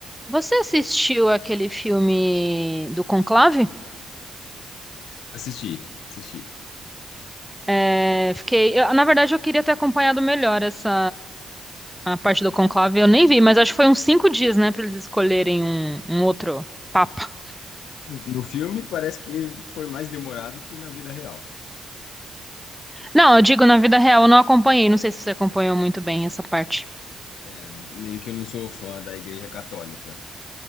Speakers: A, in the centre; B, on the left (about 70°).
A: Você assistiu aquele filme do Conclave?
B: Assisti, assisti.
A: É, fiquei, eu- na verdade, eu queria ter acompanhado melhor essa a parte do Conclave. Eu nem vi, mas acho que foi uns cinco dias, né, para eles escolherem um, um outro papa.
B: No filme parece que foi mais demorado que na vida real.
A: Não, eu digo na vida real, eu não acompanhei. Não sei se você acompanhou muito bem essa parte.
B: É, Meio que eu não sou fã da Igreja Católica.